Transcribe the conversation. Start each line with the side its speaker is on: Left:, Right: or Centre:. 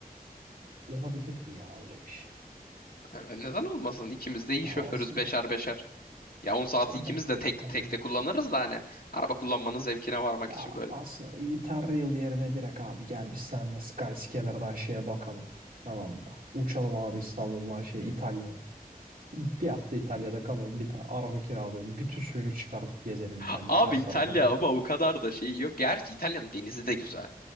Right: Olabilir mi ya öyle bir şey?
Left: E, neden olmasın? İkimiz de iyi
Right: Ya
Left: şoförüz
Right: aslında
Left: beşer beşer. Ya on saati
Right: Evet.
Left: ikimiz de tek
Right: Hani
Left: tek de kullanırız da hani araba kullanmanın zevkine varmak
Right: ya
Left: için böyle.
Right: aslında Interrail yerine direkt abi gel biz seninle Skyscanner'dan şeye bakalım. Tamam mı? Uçalım abi İstanbul'dan şey İtalya'ya. Bir hafta İtalya'da kalalım. Bir tane araba kiralayalım. Bütün suyunu çıkartıp gezelim
Left: <gasps>
Right: İtalya'nın
Left: Abi
Right: her
Left: İtalya
Right: tarafına.
Left: ama o kadar da şey yok. Gerçi İtalya'nın denizi de güzel.